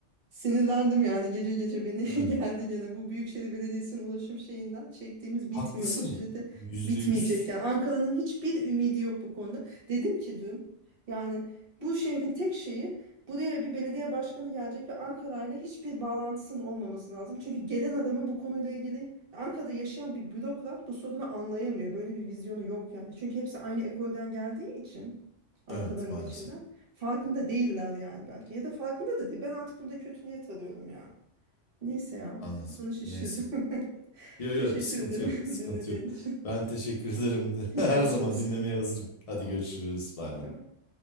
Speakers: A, on the right (about 55°); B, on the left (about 40°).
A: Sinirlendim yani gece gece beni
B: Evet.
A: <laughs> geldi gene bu Büyükşehir Belediyesi'nin ulaşım şeyinden çektiğimiz
B: Haklısın.
A: bitmiyor bu çilede
B: Yüzde
A: bitmeyecek
B: yüz.
A: yani Ankara'nın hiçbir ümidi yok bu konuda dedim ki dün yani bu şehrin tek şeyi buraya bir belediye başkanı gelecek ve Ankara'yla hiçbir bağlantısının olmaması lazım çünkü gelen adamın bu konuyla ilgili Ankara'da yaşayan bir bürokrat bu sorunu anlayamıyor böyle bir vizyonu yok yani çünkü hepsi aynı ekolden geldiği için Ankara'nın
B: Evet maalesef.
A: içinden Farkında değiller yani belki. Ya da farkında da değil. Ben artık bunda kötü niyet arıyorum ya. Neyse ya.
B: Anladım.
A: Kafanı şişirdim.
B: Neyse.
A: <laughs>
B: Yo
A: Teşekkür
B: yo sıkıntı
A: ederim
B: yok.
A: <laughs>
B: Sıkıntı
A: dinlediğin
B: yok.
A: için.
B: Ben teşekkür ederim.
A: <laughs> Görüşürüz.
B: <laughs> Her zaman dinlemeye hazırım. Hadi
A: Sağ
B: görüşürüz.
A: ol.
B: Bay
A: Bay
B: bay.
A: bay.